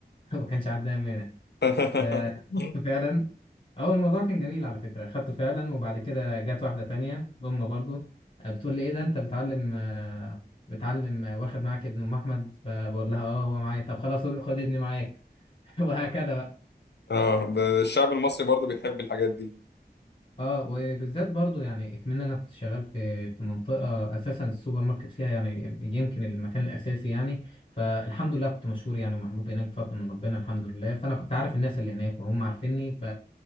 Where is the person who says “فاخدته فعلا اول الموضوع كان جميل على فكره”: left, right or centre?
Left